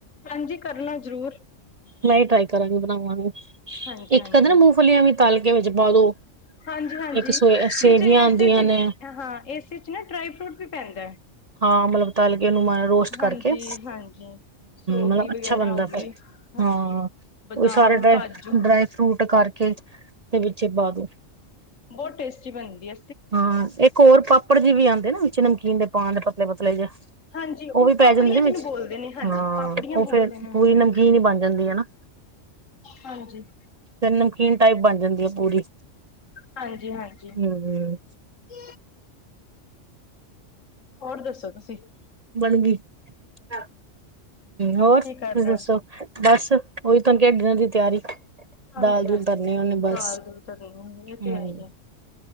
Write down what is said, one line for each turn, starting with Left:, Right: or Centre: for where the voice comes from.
Left: ਹਾਂਜੀ ਕਰਨਾ ਜਰੂਰ।
Right: ਮੈਂ ਈ ਟਰਾਈ ਕਰਾਂਗੀ ਬਨਾਵਾਂਗੀ,
Left: ਹਾਂਜੀ
Right: ਇੱਕ
Left: ਹਾਂਜੀ
Right: ਕੈਂਦੇ ਨੇ ਮੂੰਫਲੀਆਂ ਵੀ ਤਲ ਕੇ ਵਿੱਚ ਪਾ ਦੋ
Left: ਹਾਂਜੀ ਹਾਂਜੀ
Right: ਇੱਕ ਸੋ ਸੇਵੀਆਂ
Left: ਵਿੱਚ ਏਸੇ
Right: ਆਉਂਦੀਆਂ
Left: ਚ
Right: ਨੇ
Left: ਹਾਂ ਏਸੇ ਚ ਨਾਂ ਡਰਾਈ ਫਰੂਟ ਵੀ ਪੈਂਦਾ ਐ।
Right: ਹਾਂ, ਮਤਲਬ ਤਲਕੇ ਓਨੂੰ ਮਾੜਾ ਰੋਸ਼ ਟ ਕਰਕੇ
Left: ਹਾਂਜੀ
Right: ਹਂ,
Left: ਹਾਂਜੀ ਸੋਗੀ
Right: ਮਤਲਬ
Left: ਵਗੈਰਾ
Right: ਅੱਛਾ ਬਣਦਾ
Left: ਹੋ ਗਈ
Right: ਫਿਰ।
Left: ਹਾਂਜੀ
Right: ਹਾਂ
Left: ਬਦਾਮ
Right: ਓ ਸਾਰੇ ਡਰਾ
Left: ਕਾਜੂ
Right: ਡਰਾਈ ਫਰੂਟ ਕਰਕੇ ਤੇ ਵਿੱਚੇ ਪਾ ਦੋ।
Left: ਬੋਤ ਟੇਸਟੀ ਬਣਦੀ ਐ।
Right: ਹਾਂ ਇੱਕ ਹੋਰ ਪਾਪੜ ਜੀ ਵੀ ਆਂਦੇ ਨਾਂ, ਵਿੱਚ ਨਮਕੀਨ ਦੇ ਪਾਣ ਦੇ ਪਤਲੇ-ਪਤਲੇ ਜੇ।
Left: ਹਾਂਜੀ ਉਹ
Right: ਓ ਵੀ ਪੈ
Left: ਪਾਪੜੀਆਂ
Right: ਜਾਂਦੀ ਵਿੱਚ
Left: ਜਿਹਨੂੰ ਬੋਲਦੇ ਨੇ ਹਾਂਜੀ
Right: ਹਾਂ
Left: ਪਾਪੜੀਆਂ
Right: ਓ
Left: ਬੋਲਦੇ
Right: ਫੇਰ
Left: ਨੇ ਉਹਨੂੰ
Right: ਪੂਰੀ ਨਮਕੀਨ ਈ ਬਣ ਜਾਂਦੀ ਐ ਨਾਂ।
Left: ਹਾਂਜੀ।
Right: ਤੇ ਨਮਕੀਨ ਟਾਈਪ ਬਣ ਜਾਂਦੀ ਐ ਪੂਰੀ।
Left: ਹਾਂਜੀ, ਹਾਂਜੀ।
Right: ਹਂ।
Left: ਕੀ? ਹੋਰ ਦੱਸੋ ਤੁਸੀਂ?
Right: ਬਣ ਗੀ, <unintelligible> ਹਂ, ਹੋਰ ਤੁਸੀਂ
Left: ਕੀ ਕਰ ਰਹੇ
Right: ਦੱਸੋ।
Left: ਹੋ?
Right: ਬਸ ਓਈ ਤੁਆਨੂੰ ਕਿਆ, ਡਿਨਰ ਦੀ ਤਿਆਰੀ।
Left: ਹਾਂਜੀ
Right: ਦਾਲ ਦੂਲ
Left: ਹਾਂਜੀ।
Right: ਧਰਨੇ ਉਹਨੇ ਬਸ
Left: ਦਾਲ-ਦੂਲ ਧਰੀਂ ਨੂੰ ਹੁਣੇ ਤੇ
Right: ਹਮ
Left: ਆਈ ਏ।